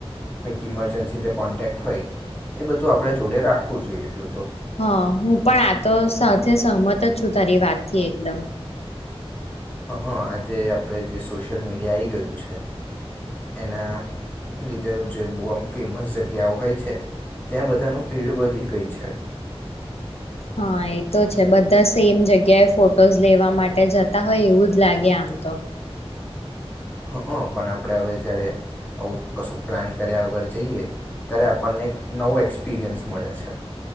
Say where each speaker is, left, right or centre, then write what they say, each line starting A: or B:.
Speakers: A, on the left (about 20°); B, on the left (about 75°).
A: કોંઈક ઇમરજન્સી જે કોન્ટેક્ટ હોય, એ બધું આપણે જોડે રાખવું જોઈએ, એટલું તો.
B: હા, હું પણ આ તો સાથે સહમત જ છું, તારી વાતથી એકદમ.
A: હ, આજે આપણે જે સોશિયલ મીડિયા આવી ગયું છે, એના લીધે જે બહુ આમ ફેમસ જગ્યાઓ હોય છે, ત્યાં બધાનું ભીડ વધી ગઈ છે.
B: હા, એ તો છે. બધા સેમ જગ્યાએ ફોટોઝ લેવા માટે જતા હોય, એવું જ લાગે આમ તો.
A: હ, હં, પણ આપણે હવે જ્યારે આવું કશું પ્લાન કર્યા વગર જઈએ, ત્યારે આપણને એક નવું એક્સપિરિયન્સ મળે છે.